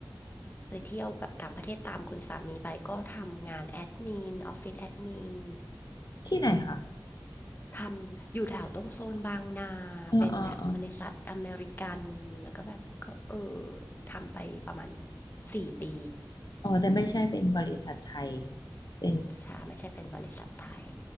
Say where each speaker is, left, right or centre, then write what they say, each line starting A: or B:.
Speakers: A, on the left; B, on the left.
A: ไปเที่ยวแบบต่างประเทศตามคุณสามีไปก็ทำงานแอดมินออฟฟิศแอดมิน
B: ที่ไหนคะ
A: ทำอยู่แถวตรงโซนบางนา
B: อ๋ออ๋ออ๋อ
A: เป็นแบบบริษัทอเมริกันแล้วก็แบบก็เออทำไปประมาณสี่ปี
B: อ๋อ แต่ไม่ใช่เป็นบริษัทไทยเป็น
A: ชาไม่ใช่เป็นบริษัทไทย